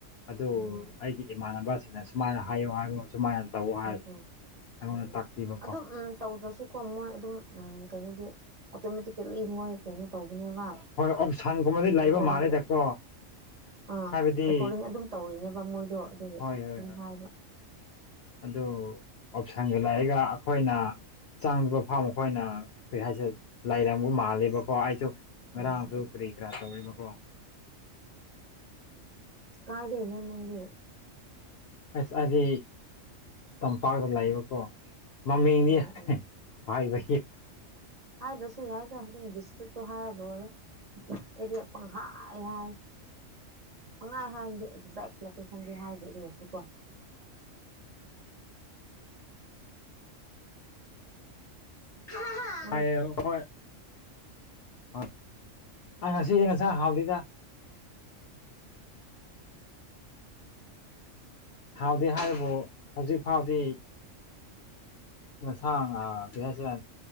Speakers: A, on the left; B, on the right.
A: ꯑꯗꯨ
B: ꯎꯝ
A: ꯑꯩꯒꯤ ꯏꯃꯥꯟꯅꯕꯁꯤꯡꯅ ꯁꯨꯃꯥꯏꯅ ꯍꯥꯏꯌꯨ ꯍꯥꯏꯉꯨ ꯁꯨꯃꯥꯏꯅ ꯇꯧ ꯍꯥꯏ
B: ꯎꯝ ꯎꯝ
A: ꯑꯩꯉꯣꯟꯗ
B: ꯎꯝ
A: ꯇꯥꯛꯄꯤꯕꯀꯣ
B: ꯑꯗꯨꯝꯝ ꯇꯧꯗ꯭ꯔꯁꯨꯀꯣ ꯃꯣꯏ ꯑꯗꯨꯝ ꯎꯝ ꯀꯩꯅꯣꯗꯤ ꯑꯣꯇꯣꯃꯦꯇꯤꯀꯦꯂꯤ ꯃꯣꯏ ꯀꯩꯅꯣ ꯇꯧꯕꯅꯦꯕ
A: ꯍꯣꯏ ꯑꯣꯞꯁꯟꯒꯨꯝꯕꯗꯤ ꯂꯩꯕ
B: ꯔꯦꯀꯣꯔꯗꯤꯡ
A: ꯃꯥꯜꯂꯦꯗꯀꯣ
B: ꯇꯧꯕ ꯑꯥ
A: ꯍꯥꯏꯕꯗꯤ
B: ꯔꯦꯀꯣꯔꯗꯤꯡ ꯑꯗꯨ ꯇꯧꯔꯤꯅꯦꯕ ꯃꯣꯏꯗꯣ ꯑꯗꯨꯒꯤ
A: ꯍꯣꯏ
B: ꯑꯗꯨꯝ
A: ꯍꯣꯏ ꯍꯣꯏ
B: ꯍꯥꯏꯕ
A: ꯑꯗꯨ ꯑꯣꯞꯁꯟꯒ ꯂꯥꯛꯑꯒ ꯑꯩꯈꯣꯏꯅ ꯆꯥꯡꯕ ꯐꯥꯝ ꯑꯩꯈꯣꯏꯅ ꯀꯔꯤ ꯍꯥꯏꯁꯦ ꯂꯩꯥꯏꯔꯝꯕꯨ ꯃꯥꯜꯂꯦꯕꯀꯣ ꯑꯩꯁꯨ ꯉꯔꯥꯡꯁꯨ
B: ꯎꯝ
A: ꯀꯔꯤ ꯀꯔꯥ ꯇꯧꯔꯤꯕꯀꯣ
B: ꯀꯥꯏꯗꯦ ꯏꯅ ꯅꯪꯦ
A: ꯑꯁ ꯍꯥꯏꯗꯤ ꯇꯝꯄꯥꯛꯇ ꯂꯩꯕꯀꯣ ꯃꯃꯤꯡꯗꯤ
B: ꯑꯣ ꯑꯣ
A: ꯍ ꯏꯕ
B: ꯍꯥꯏꯗꯁꯨ ꯌꯥꯏꯗ ꯑꯗꯨꯝ ꯗꯤꯁꯇ꯭ꯔꯤꯛꯇꯣ ꯍꯥꯏꯔ ꯂꯣꯏꯔꯦ ꯑꯩꯗꯤꯪ ꯍꯥꯏꯥꯏ ꯍꯥꯏ ꯁꯪꯉꯥꯏ ꯍꯥꯏꯔꯝꯗꯤ ꯑꯦꯛꯖꯦꯛ ꯂꯣꯀꯦꯁꯟꯗꯤ ꯍꯥꯏꯗꯦ ꯑꯗꯨ ꯑꯣꯏꯔꯁꯨ ꯀꯣ ꯍ ꯍꯣ
A: ꯍꯥꯏꯑ ꯍꯣꯏ ꯍꯣꯏ ꯑ ꯉꯁꯤꯁꯦ ꯉꯁꯥꯡ ꯍꯥꯎꯗꯣꯏꯗ ꯍꯥꯎꯗꯦ ꯍꯥꯏꯕꯨ ꯍꯧꯖꯤꯛ ꯐꯥꯎꯗꯤ ꯅꯁꯥꯡ ꯉꯥ ꯀꯩ ꯍꯥꯏꯁꯤꯔ